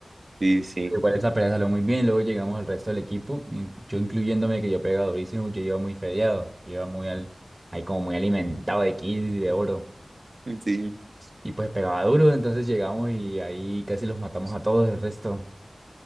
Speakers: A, on the right; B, on the right.
A: sí, sí, sí.
B: Pero igual esa pelea salió muy bien, luego llegamos al resto del equipo, in- yo incluyéndome que yo pegaba durísimo, yo iba muy fedeado, yo iba muy al, ahí como muy alimentado de kills y de oro.
A: Sí,
B: Y pues pegaba duro, entonces llegamos y ahí casi los matamos a todos el resto.